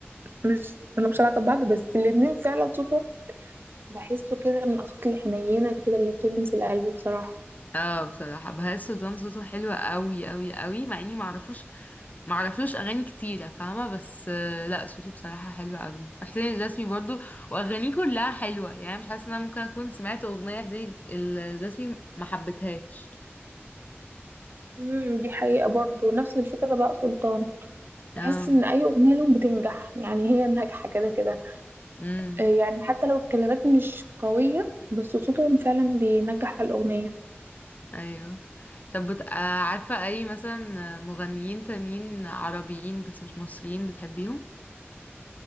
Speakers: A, on the right; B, on the left.
A: مش ملهمش علاقة ببعض بس الاتنين فعلا صوتهم بحسه كده من الأصوات الحنينة كده اللي بتلمس القلب بصراحة
B: اه بصراحة بهاء سلطان صوته حلو قوي قوي قوي مع اني معرفوش معرفلوش اغاني كتيرة فاهمة بس آه، لا صوته بصراحة حلو قوي وحسين الجسمي برضو واغانيه كلها حلوة يعني مش حاسة ان انا ممكن اكون سمعت اغنية حسين الجسمي ما حبيتهاش
A: امم دي حقيقة برضو نفس الفكرة بقى سلطان
B: اه
A: بحس إن أي أغنية لهم بتنجح يعني هي ناجحة كده كده
B: امم
A: آه، يعني حتى لو الكلمات مش قوية بس صوتهم فعلا بينجح الأغنية
B: ايوه طب بت... آه، عارفة اي مثلا مغنيين تانيين عربيين بس مش مصريين بتحبيهم